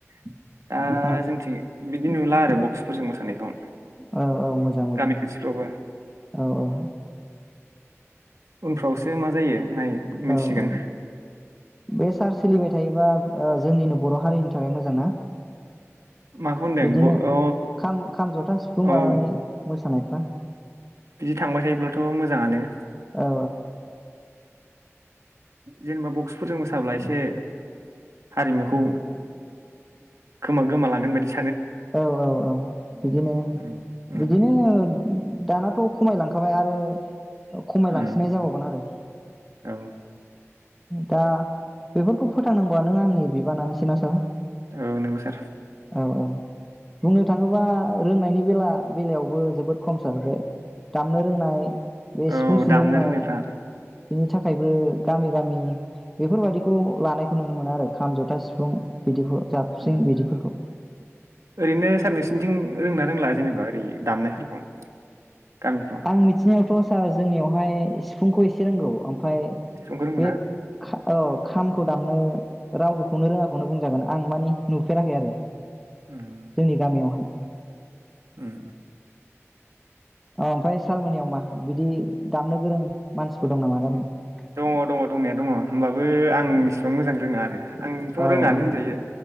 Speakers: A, on the right; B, in the centre.
A: दा
B: औ
A: जोंथिं बिदि नुला आरो ब खुफोरजों मोसानायखौ
B: औ औ मोजां मोजां
A: गामि खाथिफ्रावबो
B: औ औ ।
A: उनफ्रावसो बे मा जायो नाय मिथिसिगोन।
B: औ औ बे सान्स सोलिबाय थायोबा जोंनिनो बर' हारिनि थाखाय मोजां ना?
A: माखौ होनदों
B: बिदिनो
A: ब अ
B: खाम खाम जथा सिफुं
A: औ
B: लानानै मोसानाय हा
A: बिदि थांबाय थायोब्लाथ मोजाङानो
B: औ
A: जेनेबा बक्सफोरजों मोसाब्ला एसे हारिमुखौ गोमा गोमालांगोन बायदिसो
B: औ औ औ। बिदिनो
A: उम उम
B: बिदिनो दानाथ' खमायलांखाबाय आरो खमायलांसिननाय
A: उम
B: जाबावगोन आरो।
A: औ
B: दा बेफोरखौ फोथांनांगौआ नों आंनि बिबानानोसै ना सार
A: औ नोंगौ सार।
B: औ बुंनो थाङोबा रोंनायनि बेला बेलायावबो जोबोद खमसार बे दामनो रोंनाय बे
A: औ
B: सिफुं सुनो
A: दामनो
B: रोंनाय
A: रोंनायफ्रा
B: बिनि थाखायबो गामि गामि बेफोरबायाददिखौ लानायखौ नुनो मोनो आरो खाम जथा सिफुं बिदि जाबस्रिं
A: उम
B: बिदिफोरखौ।
A: ओरैनो सार नोंसोरनिथिं रोंना रोंला जेनेबा ओरै दामनायफोरखौ गामिफ्राव
B: आं मिथिनायाथ सार जोंनियावहाय फुंखौ एसे रोंगौ आमफाय
A: सिफुंखौ रोंगौना?
B: बे खा औ खामखौ दामनो रावबोखौनो रोङाखौनो बुंजागोन आं माने नुफेराखै आरो।
A: उम
B: जोंनि गामियावहाय
A: उम।
B: ओ आमफ्राय सारमोननियाव मा बिदि दामनो गोरों मानसिफोर दं नामा गामियाव?
A: दङ दङ दंनाया दङ होमबाबो आं इसिबां मोजां रोङा आरो। आंथ'
B: औ
A: रोनानै
B: औ
A: होनजायो।